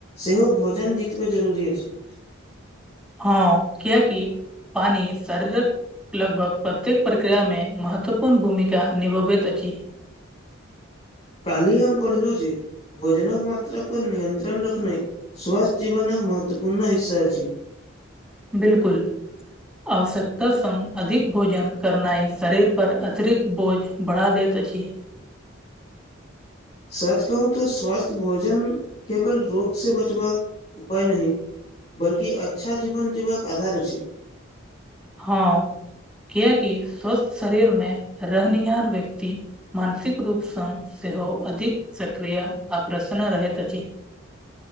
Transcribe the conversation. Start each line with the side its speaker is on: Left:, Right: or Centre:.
Left: सेहो भोजन जकाँ कते जरूरी अछि।
Centre: हँ, किएक कि पानि शारीरक लगभग प्रत्येक प्रक्रियामे महत्वपूर्ण भूमिका निभाबैत अछि।
Left: काल्हि हम पढ़लहुँ जे भोजनक मात्रापर नियन्त्रण रखनाइ स्वस्थ जीवनके महत्वपूर्ण हिस्सा अछि।
Centre: बिल्कुल आवश्यकता संग अधिक भोजन करनाइ शरीर पर अतिरिक्त बोझ बढ़ा दैत अछि
Left: सच कहू तऽ स्वास्थ भोजन केवल रोग सँ बचबाक उपाय नहि बल्कि अच्छा जीवन जीबाक आधार अछि
Centre: हँ किया की स्वस्थ शरीर मे रहनिहार व्यक्ति मानसिक रूपसँ सेहो अधिक सक्रिय आ प्रसन रहैत अछि